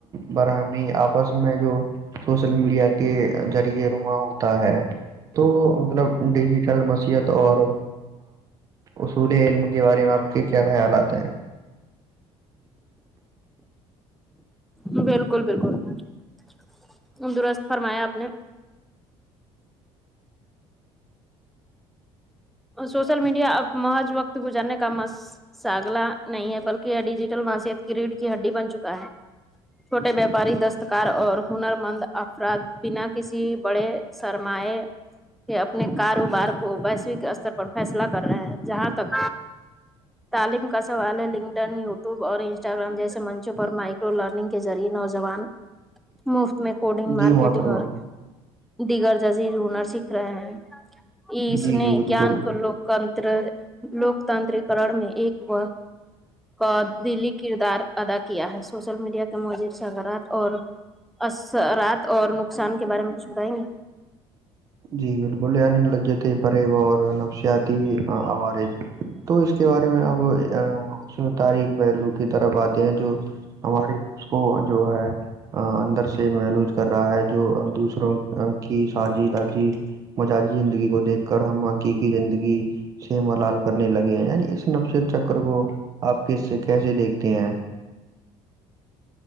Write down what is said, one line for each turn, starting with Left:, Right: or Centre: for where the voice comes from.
Right: فرہمی آپس میں جو سوشل میڈیا کے ذریعے رما ہوتا ہے تو مطلب ڈیجیٹل مصحت اور اصول علم کے بارے میں آپ کے کیا خیالات ہیں
Centre: بالکل بالکل بالکل درست فرمایا آپ نے سوشل میڈیا اب محض وقت گزارنے کا مس ساگلا نہیں ہے بلکہ یہ ڈیجیٹل ماسیت کی ریڑھ کی ہڈی بن چکا ہے چھوٹے ویاپاری دستکار اور ہنر مند افراد بنا کسی بڑے سرمائے کے اپنے کاروبار کو ویشوک اسر پر فیصلہ کر رہے ہیں جہاں تک تعلیم کا سوال ہے لنک ڈن یوٹیوب اور انسٹاگررام جیسے منچوں پر مائک لرنگ کے ذریعے نوجوان مفت میں کوڈنگ مارکیٹنگ
Right: جی محترمہ
Centre: اور دیگر جزیر ہنر سیکھ رہے ہیں اس
Right: جی جی
Centre: نے
Right: بالکل
Centre: گیان کو لوکتنتر لوکتانتکن میں ایک وہ قدلی کردار ادا کیا ہے سوشل میڈیا کے مج سغرات اور اسرات اور نقصان کے بارے میں کچھ بتائیں گے
Right: جی بالکل لجت فریب اور نفسیات ت آوارج تو اس کے بارے میں اب اس میں تاریخ پہلو کی طرف بات ہیں جو ہمارے نفس کو جو ہے اندر سے محلوج کر رہا ہے جو دوسروں کی سجی داجی مزاجی زندگی کو دیکھ کر ہم حقیقی زندگی سے ملال کرنے لگے ہیں یعنی اس نفش چکر کو آپ کس سے کیسے دیکھتے ہیں